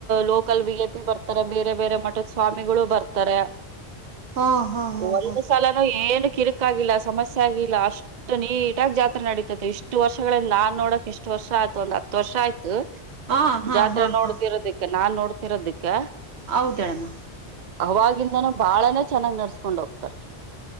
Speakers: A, on the right (about 50°); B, on the right (about 75°).
A: ಲೋಕಲ್ ವಿ, ಎ ಪಿ, ಬರ್ತಾರೆ. ಬೇರೆ- ಬೇರೆ ಮಠದ ಸ್ವಾಮಿಗಳು ಬರ್ತಾರೆ. ಹ <inaudible>
B: ಹಾ, ಹಾ ಹಾ
A: ಒಂದ್
B: ಹಾ
A: ಸಲಾನ ಏನ್ ಕಿರಿಕ್- ಗಲ್ಲ ಸಮಸ್ಯೆ ಆಗಿಲ್ಲ ಅಷ್ಟು ನೀಟಾಗಿ ಜಾತ್ರೆ ನಡೀತದೆ. ಇಷ್ಟು ವರ್ಷಗಳಿಂದ ನಾನ್ ನೋಡಕ್ ಇಷ್ಟು ವರ್ಷ ಮತ್ತ ಒಂದಹತ್ತುವರ್ಷ ಆಯ್ತು
B: ಹಾ ಹಾ
A: ಜಾತ್ರೆ
B: ಹಾ
A: ನೋಡ್ತಿರೋದಿಕ್ಕೆ.
B: ಹಾ
A: ನಾನ್ ನೋಡ್ತಿರೋದಿಕ್ಕೆ- <inaudible>
B: ಹೌದಳಮ್ಮ
A: ಅವಾಗಿಂದಾನ ಬಾಳನೆೇ ಚೆನ್ನಾಗ್ ನಡ್ಸ್ಕೊಂಡ್ ಹೋಗ್ತ, ತ್ತರ್ <inaudible>